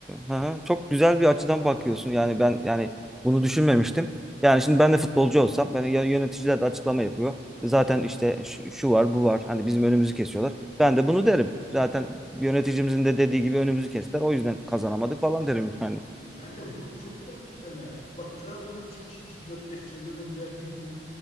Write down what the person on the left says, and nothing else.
E, Zaten bunu çok yaptı Fener. Bak Trabzon'da çekişmişti 4-5 sezon önce bir m-